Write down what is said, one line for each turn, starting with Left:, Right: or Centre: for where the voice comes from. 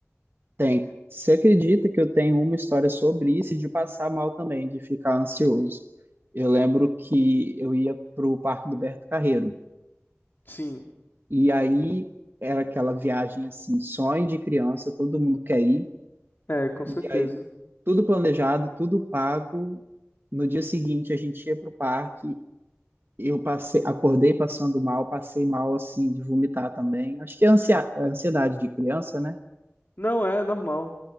Right: tem. Você acredita que eu tenho uma história sobre isso e de passar mal também, de ficar ansioso? Eu lembro que eu ia pro Parque do Berto Carreiro,
Left: Sim,
Right: e aí era aquela viagem, assim, sonho de criança, todo mundo quer ir,
Left: é, com
Right: E
Left: certeza.
Right: aí, tudo planejado, tudo pago. No dia seguinte, a gente ia pro parque. Eu passei, acordei passando mal, passei mal assim de vomitar também. Acho que é ansia- é ansiedade de criança, né?
Left: Não é normal.